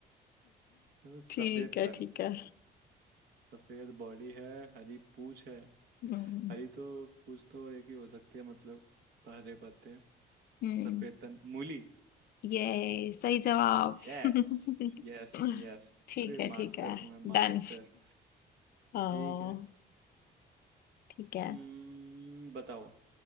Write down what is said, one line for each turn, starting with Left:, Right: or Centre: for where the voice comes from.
Right: तो सफेद
Left: ठीक है
Right: तन
Left: ठीक है
Right: सफेद बॉडी है हरी पूछ है
Left: हम्म
Right: हरी तो पूछ तो एक ही हो सकती है मतलब हरे पत्ते
Left: हम्म
Right: सफेद तन मूली
Left: ये सही जवाब
Right: Yes
Left: <laughs>
Right: yes yes
Left: ठीक
Right: अरे
Left: है ठीक
Right: मास्टर
Left: है
Right: हूँ मैं
Left: डन
Right: मास्टर
Left: <laughs> ओ
Right: ठीक है
Left: ठीक है
Right: हम्म, बताओ